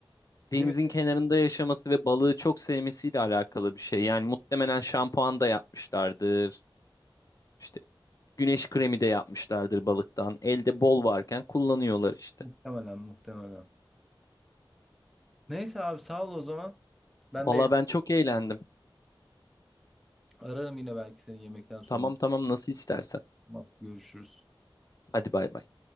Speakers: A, in the centre; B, on the left.
A: değil
B: denizin
A: mi?
B: kenarında yaşaması ve balığı çok sevmesiyle alakalı bir şey. Yani muhtemelen şampuan da yapmışlardır. İşte güneş kremi de yapmışlardır balıktan. Elde bol varken kullanıyorlar işte.
A: Muhtemelen muhtemelen. Neyse abi sağ ol o zaman. Ben
B: Valla
A: de
B: ben çok eğlendim.
A: Ararım yine belki seni yemekten sonra.
B: Tamam tamam nasıl istersen.
A: Tamam, Görüşürüz.
B: Hadi bay bay.